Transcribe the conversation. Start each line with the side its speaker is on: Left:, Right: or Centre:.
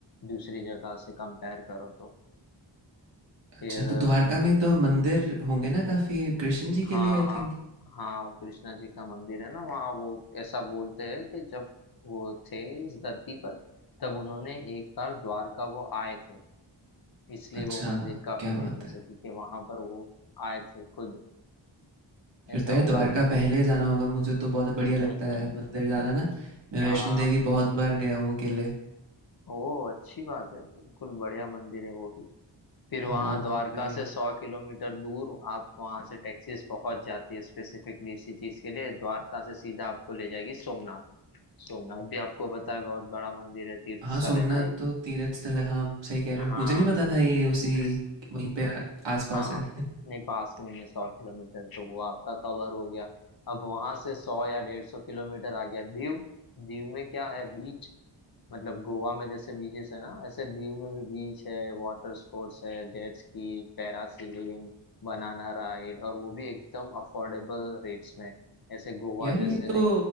Left: दूसरी जगह से कंपेयर करो तो
Right: अच्छा
Left: फिर
Right: तो द्वारका में तो मंदिर होंगे ना काफ़ी कृष्ण जी
Left: हाँ
Right: के लिए आई
Left: हाँ
Right: थिंक
Left: हाँ वो कृष्णा जी का मंदिर है ना वहाँ वो ऐसा बोलते हैं कि जब वो थे इस धरती पर तब उन्होंने एक बार द्वारका वो आए थे इसलिए
Right: अच्छा
Left: वो मंदिर काफी
Right: क्या
Left: फेमस
Right: बात है
Left: है क्योंकि वहां पर वो आए थे खुद
Right: फिर
Left: ऐसा
Right: तो यार
Left: वो बोलते
Right: द्वारका पहले जाना होगा मुझे तो बहुत बढ़िया
Left: हैं
Right: लगता है मंदिर जाना ना मैं
Left: <laughs>
Right: वैष्णो
Left: हाँ
Right: देवी बहुत बार गया हूँ अकेले
Left: ओ अच्छी बात है बिल्कुल बढ़िया मंदिर है वो भी फिर
Right: हाँ
Left: वहां
Right: वहाँ
Left: द्वारका
Right: पे
Left: से सौ किलोमीटर दूर आप वहां से टैक्सीज पहुंच जाती है स्पेसिफिकली इसी चीज के लिए द्वारका से सीधा आपको ले जाएगी सोमनाथ सोमनाथ भी आपको पता है बहुत बड़ा मंदिर है तीर्थ
Right: हाँ,
Left: स्थल
Right: सोमनाथ
Left: है ना एक
Right: तो तीर्थ स्थल है। हाँ, सही कह रहे हो।
Left: हाँ
Right: मुझे नहीं पता था ये उसी
Left: <laughs>
Right: वहीं पे आ- आसपास
Left: हाँ
Right: है। <laughs>
Left: नहीं पास में ही है सौ किलोमीटर तो वो आपका कवर हो गया अब वहां से सौ या डेढ़ सौ किलोमीटर आ गया दीव दीव में क्या है बीच मतलब गोवा में जैसे बीचेस है ना ऐसे दीव में भी बीच है वाटर स्पोर्ट्स है jet ski parasailing banana ride और वो भी एकदम अफोर्डेबल रेट्स में ऐसे गोवा
Right: यार ये
Left: जैसे नहीं
Right: तो